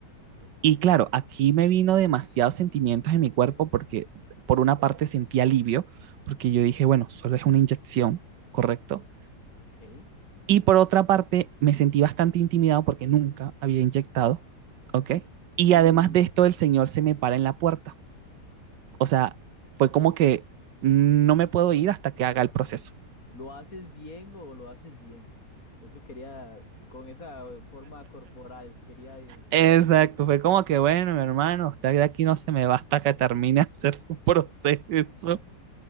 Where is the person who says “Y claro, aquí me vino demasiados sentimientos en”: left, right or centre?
Right